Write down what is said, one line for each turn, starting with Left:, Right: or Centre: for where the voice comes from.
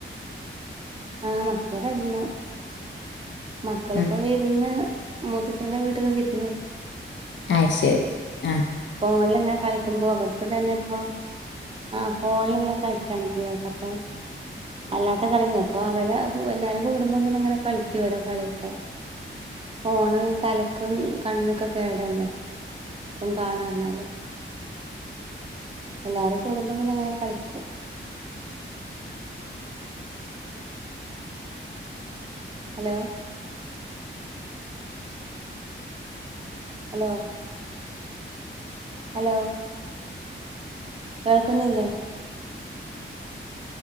Right: ആഹ് മക്കള് കെടന്നു മക്കളിപ്പോ
Left: ഉം
Right: വിരുന്ന് മൂത്തച്ചന്റെ വീട്ട്ക്ക് വിരു
Left: അഹ്ശരി ആഹ്
Right: ഫോണില്ങ്ങെനെ കളിക്കുമ്പോ അവർക്കും തന്നെ ഇപ്പോ ആ ഫോണിലിങ്ങനെ കളിക്കാണ് ദിവസം അപ്പൊ അല്ലാത്ത കളിയൊന്നുല്ല അപ്പൊ അവര് എല്ലാരും കൂടുമ്പോം പിന്നെ ഇങ്ങനെ കളിക്കും ഓരോ കളിയൊക്കെ ഫോണ് തലക്കും കണ്ണിനൊക്കെ കേടല്ലേ. കാണാം എന്നാല് എല്ലാരും കൂടുമ്പോ പിന്നെ അങ്ങനെ കളിക്കും. ഹലോ ഹലോ ഹലോ കേൾക്കുന്നില്ലേ?